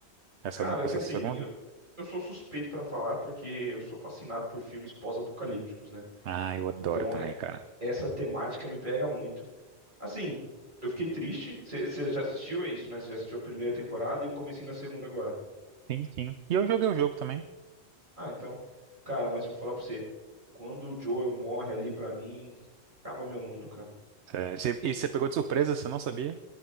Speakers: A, on the right; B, on the right.
A: Essa,
B: Cara,
A: no-
B: é
A: essa
B: que assim,
A: segunda?
B: eu, eu sou suspeito pra falar porque eu sou fascinado por filmes pós-apocalípticos, né?
A: Ah, eu adoro
B: Então,
A: também,
B: é-
A: cara.
B: essa temática me pega muito. Assim, eu fiquei triste. Você já assistiu? É isso, né? Você já assistiu a primeira temporada e o comecinho da segunda agora.
A: Sim, sim. E eu joguei o jogo também.
B: Ah, então, cara, mas vou falar pra você. Quando o Joel morre ali pra mim, acaba meu mundo, cara.
A: Sério. Você- E você pegou de surpresa, você não sabia?